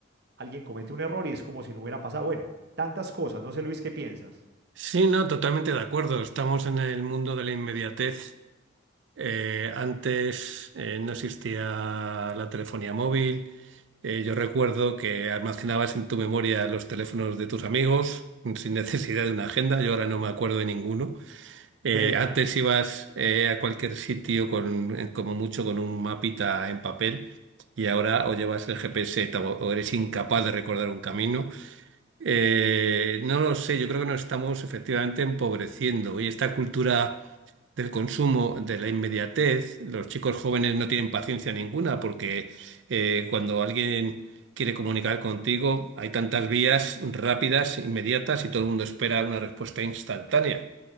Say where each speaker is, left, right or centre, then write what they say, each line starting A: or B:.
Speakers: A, on the right; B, on the right.
A: alguien comete un error y es como si no hubiera pasado. Bueno, tantas cosas, no sé Luis, ¿qué piensas?
B: Sí, no, totalmente de acuerdo. Estamos en el mundo de la inmediatez. Eh, antes eh, no existía la telefonía móvil. Eh, yo recuerdo que almacenabas en tu memoria los teléfonos de tus amigos mm, sin necesidad
A: <laughs>
B: de una agenda. Yo ahora no me acuerdo de ninguno. Eh,
A: Eh,
B: antes ibas eh, a cualquier sitio con, eh, como mucho con un mapita en papel y ahora o llevas el GPS o, o eres incapaz de recordar un camino. Eh, no lo sé, yo creo que nos estamos efectivamente empobreciendo y esta cultura del consumo, de la inmediatez. Los chicos jóvenes no tienen paciencia ninguna porque eh, cuando alguien quiere comunicar contigo hay tantas vías rápidas, inmediatas y todo el mundo espera una respuesta instantánea.